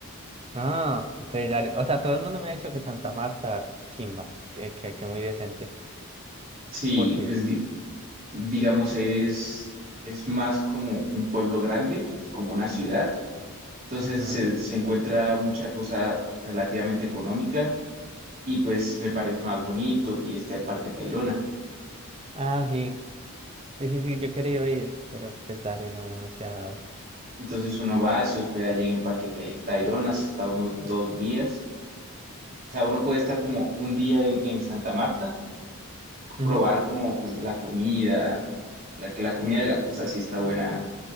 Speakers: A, on the right (about 25°); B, on the right (about 40°).
A: Ah, ok, dale. O sea, todo el mundo me ha dicho que Santa Marta, chimba, que, que, que muy decente.
B: Sí,
A: ¿Por qué?
B: pues di- digamos, es, es más como un pueblo grande que como una ciudad. Entonces
A: Ujú.
B: se, se encuentra mucha cosa relativamente económica y pues me parece más bonito y está el Parque Tayrona.
A: Ah, sí. Sí, sí, sí, yo quería ir, pero pues dale, no, no se ha dado.
B: Entonces uno va, se hospeda allí en el Parque Tai- Tayrona, se está unos dos días. O sea, uno puede estar como un día en, en Santa Marta,
A: Ujú.
B: probar como pues la comida, la que la comida de la costa sí está buena